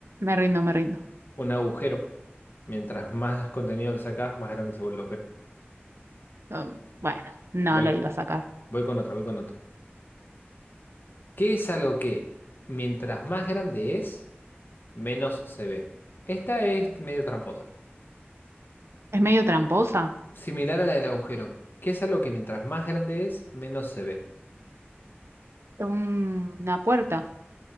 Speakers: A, on the right; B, on the left.
A: Me rindo, me rindo.
B: Un agujero. Mientras más contenido le sacás, más grande se vuelve el agujero.
A: Um, bueno, no,
B: Voy,
A: no lo iba a sacar.
B: voy con otra, voy con otra. ¿Qué es algo que mientras más grande es, menos se ve? Esta es medio tramposa.
A: Es medio tramposa.
B: Similar a la del agujero. ¿Qué es algo que mientras más grande es, menos se ve?
A: un- una puerta.